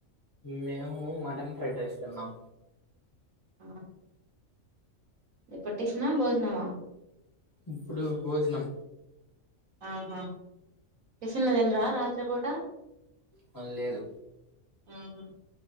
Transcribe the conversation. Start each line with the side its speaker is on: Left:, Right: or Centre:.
Left: మేము మటన్ ఫ్రైడ్ రైస్ తిన్నాం
Right: ఆ ఇప్పుడు టిఫినా బోజనమా
Left: ఇప్పుడు బోజనం
Right: ఆహా టిఫిన్లు తిన్రా రాత్రి పూట
Left: పన్ లేదు
Right: ఉహు